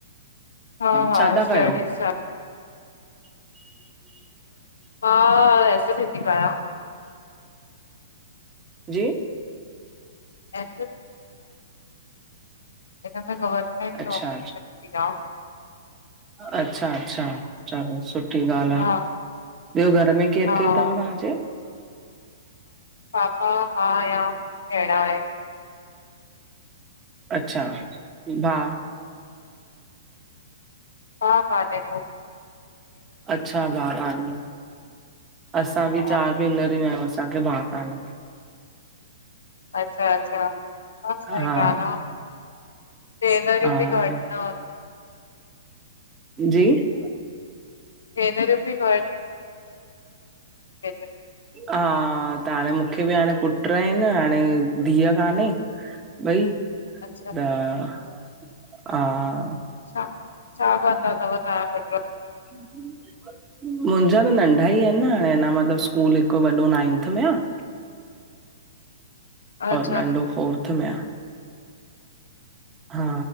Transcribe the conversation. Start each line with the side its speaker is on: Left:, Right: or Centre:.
Left: हा हा
Right: छा था
Left: स्टडीज़
Right: कयो।
Left: मां स स थी आहियां।
Right: जी --
Left: अ ख़बर।
Right: अच्छा
Left: नौकरी करंदी आहे।
Right: अचछा अच्छा चलो सुठ -- सुठी ॻाल्ह
Left: हा
Right: आहे ॿियो घर में केरु
Left: हा
Right: केरु अथव तव्हांजे।
Left: पापा मां आहियां अहिड़ा आहिन।
Right: अच्छा भा।
Left: हा ह --
Right: अच्छा भाग आहे असां बि
Left: हा
Right: चार भेनर ई आहियूं असांखे भाग वार।
Left: अच्छा अच्छा। ह सह
Right: हा
Left: गान सनर
Right: हा
Left: बि घ न --
Right: जी --
Left: हेनर बि घ --
Right: हा त हाणे मूंखे बि हाणे पुट आहिन हाणे धीअ कान्हे। भई त
Left: अच्छा
Right: हा --
Left: छा कंदा अथव ताजा पूट?
Right: हम हम। मुंहिंजा त नंढा ई आहिन न हाणे अञ मतलब स्कूल हिक वॾो नाइंथ में आ।
Left: अच्छा
Right: और नंढो फोर्थ में आहे। हा